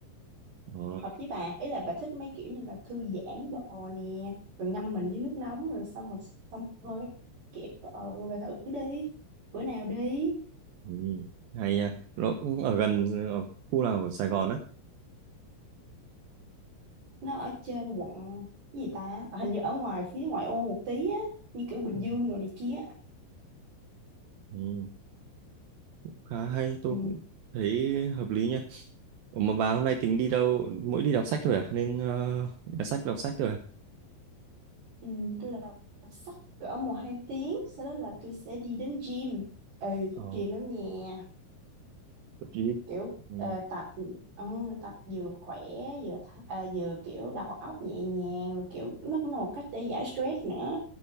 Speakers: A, on the right; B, on the right.
A: ờ,
B: hợp với bà ấy là bà thích mấy kiểu như là thư giãn đồ nè rồi ngâm mình dưới nước nóng rồi xong rồi xông hơi cái kiểu ờ bà thử đi bữa nào đi
A: ừ, hay nha nó cũng ở gần ở khu nào ở Sài Gòn á
B: nó ở trên quận cái gì ta Ờ, hình như ở ngoài phía ngoại ô một tí á như kiểu Bình
A: ừ,
B: Dương đồ này kia
A: ừ, khá hay tôi
B: ừ.
A: cũng thấy hợp lý nha Ủa mà bà hôm nay tính đi đâu mỗi đi đọc sách thôi à nên ờ, nhà sách đọc sách thôi à
B: Ừ, tôi là đọc sách cỡ một hai tiếng sau đó là tôi sẽ đi đến gym ừ
A: ờ,
B: thích gym lắm nha
A: tập gym
B: kiểu
A: ừ,
B: ờ, tập ờ, tập vừa khỏe vừa th- ờ, vừa kiểu đầu óc nhẹ nhàng rồi kiểu nó cũng là một cách để giải stress nữa